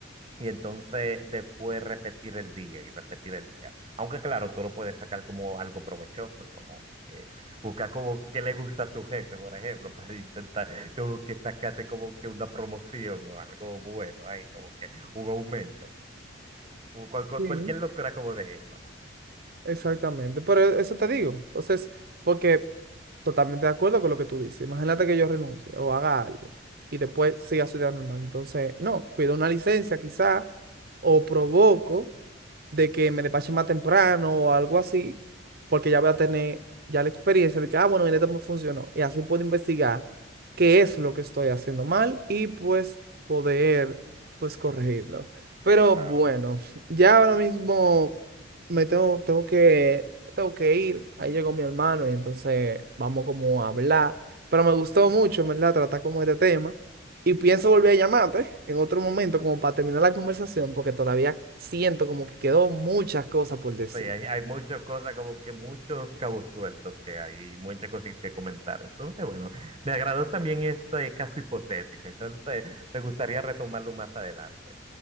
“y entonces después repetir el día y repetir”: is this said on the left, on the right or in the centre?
Right